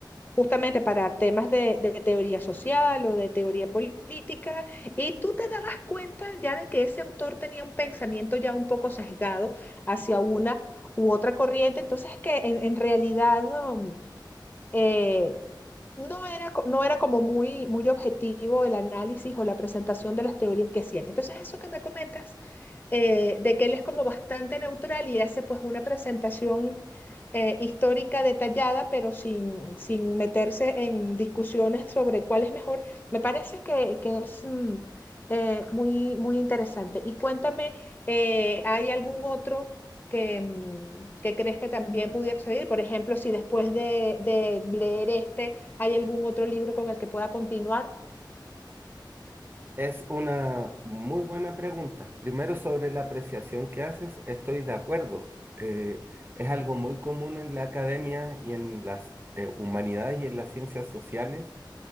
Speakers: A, on the left (about 25°); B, on the right (about 25°).
A: justamente para temas de, de teoría social o de teoría política, y tú te dabas cuenta ya de que ese autor tenía un pensamiento ya un poco sesgado hacia una u otra corriente, entonces que en, en realidad... no, eh, no era, co- no era como muy, muy objetivo el análisis o la presentación de las teorías que hacían. Entonces, eso que me comentas, eh, de que él es como bastante neutral y hace pues una presentación eh, histórica detallada, pero sin, sin meterse en discusiones sobre cuál es mejor, me parece que, que es mm, eh, muy, muy interesante. Y cuéntame, eh, ¿hay algún otro? que, mm, que crees que también pudiera servir. Por ejemplo, si después de, de leer este hay algún otro libro con el que pueda continuar.
B: Es una muy buena pregunta. Primero, sobre la apreciación que haces, estoy de acuerdo. Eh, es algo muy común en la academia y en las eh, humanidades y en las ciencias sociales,